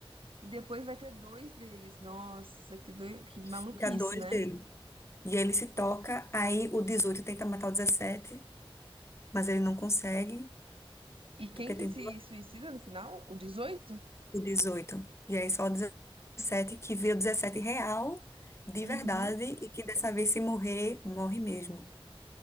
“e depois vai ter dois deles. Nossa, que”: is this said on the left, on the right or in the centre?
Right